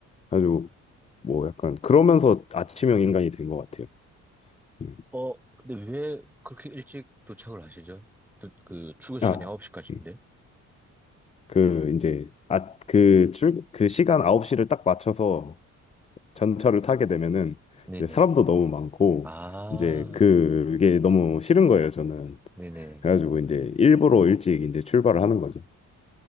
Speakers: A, on the left; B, in the centre.
A: 아주 뭐 약간 그러면서 아침형 인간이 된 것 같아요. 음.
B: 어, 근데 왜 그렇게 일찍 도착을 하시죠? 또, 그, 출근 시간이
A: 아,
B: 9시까지인데?
A: 음. 그 이제 아, 그 출, 그 시간 9시를 딱 맞춰서 전철을 타게 되면은
B: 네네.
A: 이제 사람도 너무 많고
B: 아,
A: 이제 그게 너무 싫은 거예요, 저는.
B: 네네.
A: 그래가지고 이제 일부러 일찍 이제 출발을 하는 거죠.